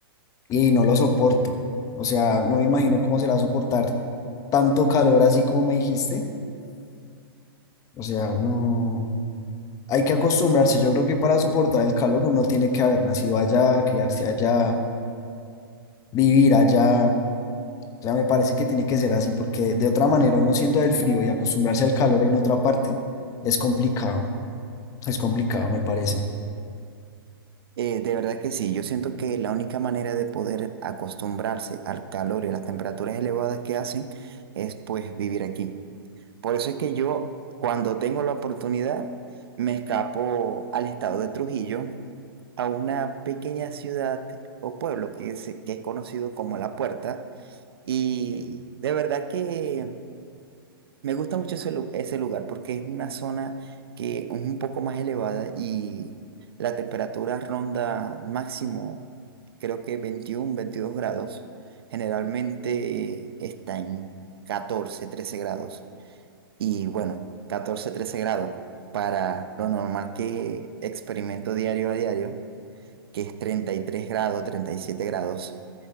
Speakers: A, on the left; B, on the right.
A: y no lo soporto. O sea, no me imagino cómo será soportar tanto calor así como me dijiste. O sea, no. Hay que acostumbrarse. Yo creo que para soportar el calor uno tiene que haber nacido allá, criarse allá, vivir allá. O sea, me parece que tiene que ser así, porque de otra manera, uno siendo del frío y acostumbrarse al calor en otra parte, es complicado. Es complicado, me parece.
B: Eh, de verdad que sí, yo siento que la única manera de poder acostumbrarse al calor y a las temperaturas elevadas que hacen es pues vivir aquí. Por eso es que yo, cuando tengo la oportunidad, me escapo al estado de Trujillo, a una pequeña ciudad o pueblo que es, que es conocido como La Puerta. Y de verdad que Me gusta mucho ese, lu- ese lugar porque es una zona que es un poco más elevada y la temperatura ronda máximo, creo que 21, 22 grados. Generalmente está en 14 13 grados. Y bueno, 14 13 grados para lo normal que experimento diario a diario, que es 33 grados, 37 grados.